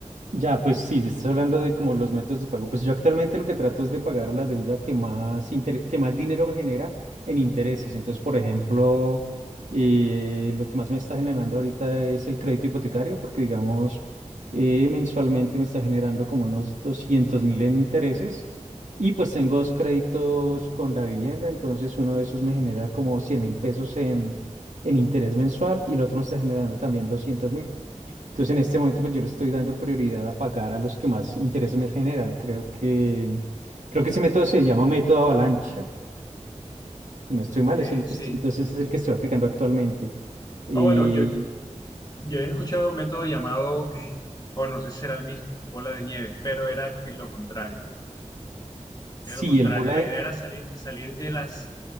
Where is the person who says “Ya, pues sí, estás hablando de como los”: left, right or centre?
Right